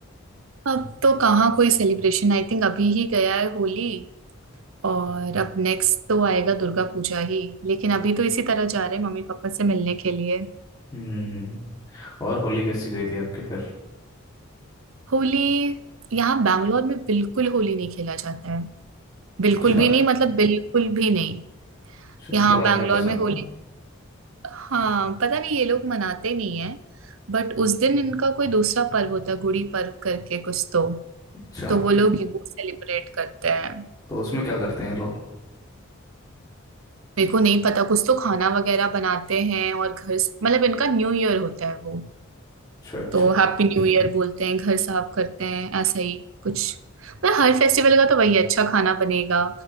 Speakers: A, on the right; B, on the left.
A: अब तो कहाँ कोई सेलिब्रेशन आई थिंक अभी ही गया है होली और अब नेक्स्ट तो आएगा दुर्गा पूजा ही लेकिन अभी तो इसी तरह जा रहे हैं मम्मी पापा से मिलने के लिए
B: हम्म और होली कैसी गई थी आपके फिर
A: होली यहाँ बैंगलोर में बिल्कुल होली नहीं खेला जाता है बिल्कुल
B: अच्छा
A: भी नहीं मतलब बिल्कुल भी नहीं
B: अच्छा,
A: यहाँ
B: इनको रंग
A: बैंगलोर
B: नहीं पसंद
A: में होली
B: क्या
A: हाँ पता नहीं ये लोग मनाते नहीं है बट उस दिन इनका कोई दूसरा पर्व होता है गुड़ी पर्व करके कुछ तो
B: अच्छा
A: तो वो
B: फिर-
A: लोग ये वो सेलिब्रेट करते हैं
B: तो उसमें क्या करते हैं लोग
A: मेरे को नहीं पता कुछ तो खाना वगैरह बनाते हैं और घर स- मतलब इनका न्यू ईयर होता है वो
B: अच्छा अच्छा
A: तो हैप्पी न्यू ईयर बोलते हैं घर साफ करते हैं ऐसा ही कुछ मतलब हर फेस्टिवल का तो वही है, अच्छा खाना बनेगा